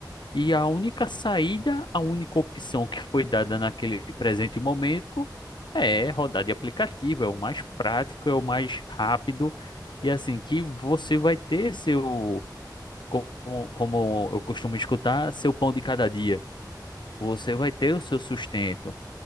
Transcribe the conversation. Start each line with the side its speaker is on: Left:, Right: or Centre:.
Left: E a única saída, a única opção que foi dada naquele presente momento é rodar de aplicativo, é o mais prático, é o mais rápido, e assim que você vai ter seu, como, como eu costumo escutar, seu pão de cada dia.
Right: isso,
Left: Você vai
Right: muito
Left: ter
Right: bem,
Left: o seu sustento.